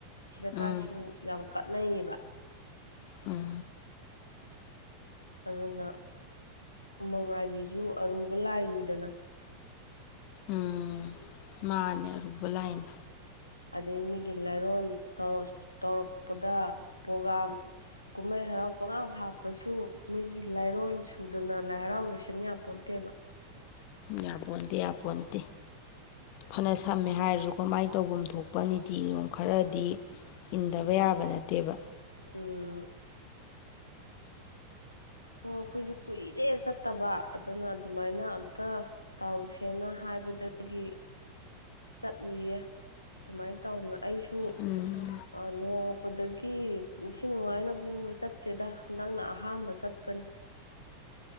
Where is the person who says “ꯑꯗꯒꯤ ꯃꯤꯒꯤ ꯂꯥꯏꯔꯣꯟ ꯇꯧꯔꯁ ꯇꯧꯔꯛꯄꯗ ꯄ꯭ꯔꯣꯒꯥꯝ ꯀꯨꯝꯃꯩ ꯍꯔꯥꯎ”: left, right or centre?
Left